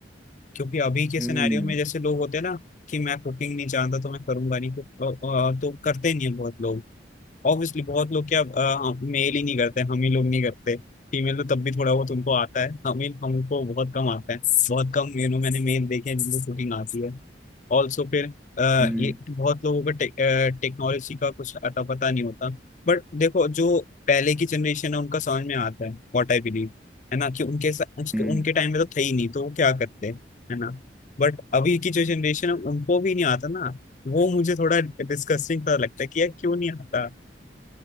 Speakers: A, on the left; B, in the centre.
A: क्योंकि अभी के
B: हम्म
A: सिनेरियो में जैसे लोग होते हैं ना कि मैं कुकिंग नहीं जानता तो मैं करूंगा नहीं तो, अ, अ, तो करते नहीं है बहुत लोग ऑब्वियसली बहुत लोग क्या मेल ही नहीं करते हम ही लोग नहीं करते फीमेल तो तब भी थोड़ा बहुत उनको आता है हम ही हमको बहुत कम आता है बहुत कम यू नो मैंने मेल देखे हैं जिनको कुकिंग आती है ऑल्सो फिर आ,
B: हम्म
A: ये बहुत लोगों को टेक्नोलॉजी का कुछ अता पता नहीं होता बट देखो जो पहले की जनरेशन है उनका समझ में आता है व्हाट आई बिलीव है ना कि उनके सा- उसके-
B: हम्म
A: उनके टाइम में तो थे ही नहीं तो वो क्या करते है ना बट अभी की जो जनरेशन है उनको भी नहीं आता ना वो मुझे थोड़ा डिस्कस्टिंग सा लगता है कि यार क्यों नहीं आता